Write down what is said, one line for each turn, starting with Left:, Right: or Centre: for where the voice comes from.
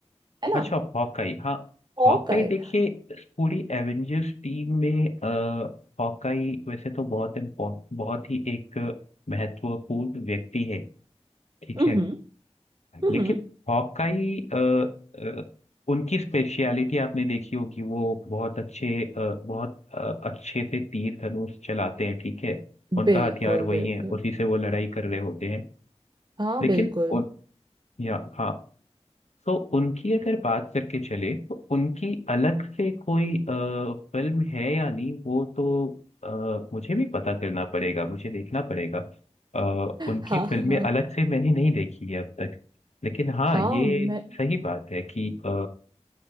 Right: है
Left: अच्छा
Right: ना
Left: हॉकाई हाँ
Right: हॉकाई
Left: हॉकाई देखिए इस पूरी एवेंजर्स टीम में आ, हॉकाई वैसे तो बहुत इम्पोर्ट बहुत ही एक महत्वपूर्ण व्यक्ति है ठीक
Right: हम्म
Left: है
Right: हम्म
Left: लेकिन
Right: हम्म।
Left: हॉकाई अ, अ, उनकी स्पेशलिटी आपने देखी होगी वो बहुत अच्छे अ, बहुत अ, अच्छे से तीर धनुष चलाते हैं ठीक है उनका
Right: बिल्कुल
Left: हथियार
Right: बिल्कुल
Left: वही है उसी से वो लड़ाई कर रहे होते हैं
Right: हाँ
Left: लेकिन
Right: बिल्कुल
Left: उन या हाँ तो उनकी अगर बात करके चले तो उनकी अलग से कोई आ, फिल्म है या नहीं वो तो आ, मुझे भी पता करना पड़ेगा मुझे देखना पड़ेगा आ, उनकी
Right: हाँ हाँ
Left: फिल्में
Right: हाँ
Left: अलग से मैंने नहीं देखी है अब तक लेकिन हाँ
Right: हाँ,
Left: ये
Right: मैं
Left: सही बात है कि आ,